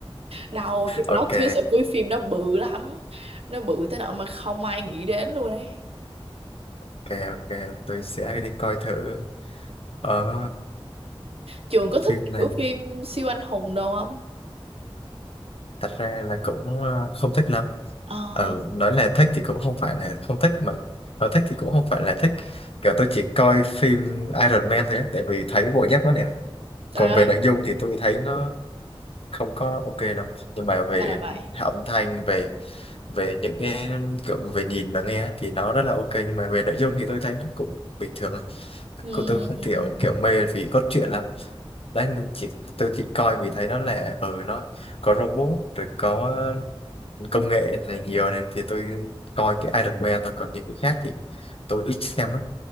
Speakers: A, on the right (about 75°); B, on the left (about 70°).
A: Đầu cái plot
B: Ok,
A: twist ở cuối phim nó bự lắm. Nó bự tới nỗi mà không ai nghĩ đến luôn đấy.
B: ok, ok. Tôi sẽ đi coi thử. Ờ,
A: Trường có thích
B: phim này.
A: kiểu phim siêu anh hùng đâu không?
B: thật ra là cũng ờ, không thích lắm
A: Ờ,
B: ừ nói là thích thì cũng không phải là không thích mà nói thích thì cũng không phải là thích kiểu tôi chỉ coi phim Iron Man thôi á, tại vì thấy bộ giáp nó đẹp
A: trời
B: còn
A: ơi,
B: về nội dung thì tôi thấy nó không có ok lắm nhưng mà về
A: ra là vậy.
B: âm thanh về về những cái kiểu về nhìn và nghe thì nó rất là ok nhưng mà về nội dung thì tôi thấy nó cũng bình thường
A: Ừm,
B: cô tôi không kiểu kiểu mê vì cốt truyện lắm đấy nên chỉ tôi chỉ coi vì thấy nó là ừ nó có robot rồi có công nghệ này nhiều này thì tôi coi cái Iron Man thôi còn những cái khác thì tôi ít xem lắm